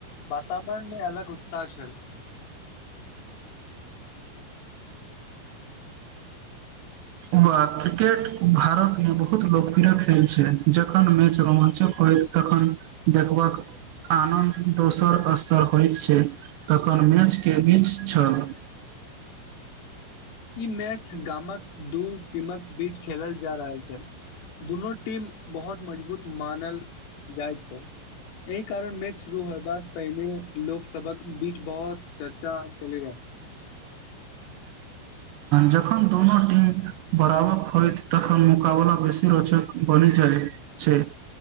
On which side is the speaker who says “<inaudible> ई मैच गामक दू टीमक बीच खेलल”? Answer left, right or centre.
Left